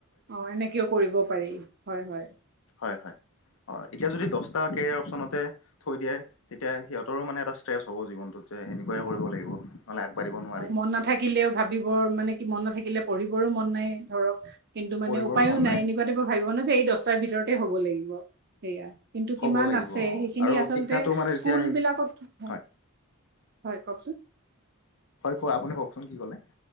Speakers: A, on the right (about 45°); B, on the left (about 60°).
A: অ' এনেকেও কৰিব পাৰি হয়, হয়।
B: হয়, হয়। অ' এতিয়া যদি দহটা কেৰিয়াৰ অপচনতে থৈ দিয়ে তেতিয়া সিহঁতৰো মানে এটা ষ্ট্ৰেছ হ'ব জীৱনটোত যে এনেকুৱাইে কৰিব লাগিব। নহ'লে আগবাঢ়িব নোৱাৰি
A: আৰু মন নাথাকিলেও ভাবিবৰ মানে কি মন নাথাকিলে পঢ়িবৰো মন নাই ধৰক কিন্তু মানে
B: পঢ়িবৰ
A: উপায়ো
B: মন
A: নাই এনেকুৱা তাইপৰ ভাবিব নে যে এই দহটাৰ ভিতৰতে হ'ব লাগিব। সেয়া কিন্তু
B: হ'ব
A: কিমান
B: লাগিব
A: আছে,
B: অ
A: সেইখিনি
B: আৰু
A: আচলতে
B: শিক্ষাটো মানে তেতিয়া
A: স্কুল
B: সেই
A: বিলাকত হয়,
B: হয়
A: কওঁকচোন।
B: হয় কোৱা। আপুনি কওঁকচোন কি ক'লে